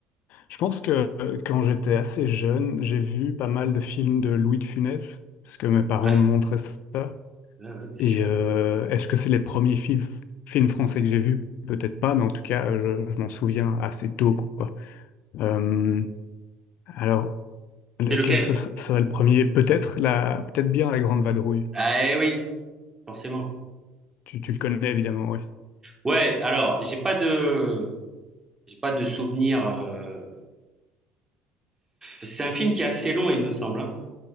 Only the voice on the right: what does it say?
Ouais,
ouais, ouais, bien
sûr.
C'est lequel?
Ah eh oui, forcément.
Ouais, alors, j'ai pas de, j'ai pas de souvenir. euh, C'est un film qui est assez long, il me semble. hein.